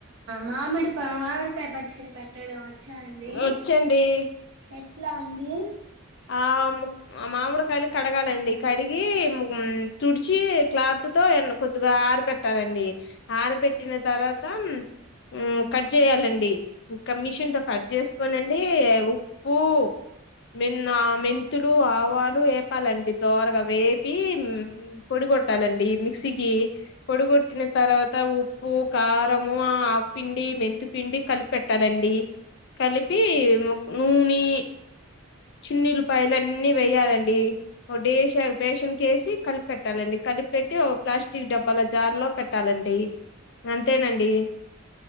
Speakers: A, on the right; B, on the left.
A: మామిడి ప మామిడికాయ పచ్చడి పెట్టడం వచ్చా అండి
B: వచ్చండి
A: ఎట్లా అండి
B: ఆ మామిడికాయలు కడగాలండి కడిగి తుడిచి క్లాత్ త్తుతో ఎన్ కొద్దిగా ఆర పెట్టాలండి ఆర పెట్టిన తర్వాత ఉం కట్ చేయాలండి ఇంకా మిషన్తో కట్ చేసుకోనండి ఉప్పు మిన్న మెంతులు ఆవాలు వేపాలండి దోరగా వేపి పొడి గొట్టాలండి మిక్సీకి పొడి గొట్టిన తర్వాత ఉప్పు కారము ఆ ఆపిిండి మెంతి పిండి కలిపి పెట్టాలండి కలిపి నూని చున్నీలపాయలన్ని వేయాలండి ఒ డేష పేషన్కేసి కలిపెట్టాలండి కలిపిపెట్టి ఓ ప్లాస్టిక్ డబ్బాల జార్ లో పెట్టాలండి అంతేనండి